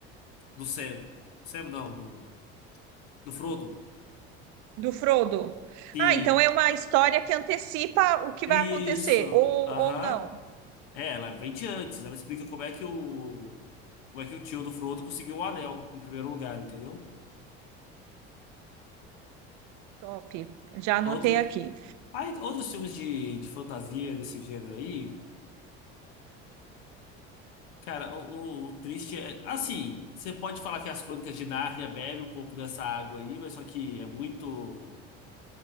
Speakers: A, on the left; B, on the right.
A: Do Sam. Sam não, do, do Frodo.
B: Do Frodo.
A: Sim.
B: Ah, então é uma história que antecipa o que
A: Isso.
B: vai acontecer, ou,
A: Aham.
B: ou não.
A: É, ela vem de antes. Ela explica como é que o. Como é que o tio do Frodo conseguiu o anel em primeiro lugar, entendeu?
B: Top. Já anotei
A: Outro,
B: aqui.
A: aí, outros filmes de, de fantasia desse gênero aí. Cara, o, o- o triste é. Assim, você pode falar que as Crônicas de Nárnia bebe um pouco dessa água aí, mas só que é muito,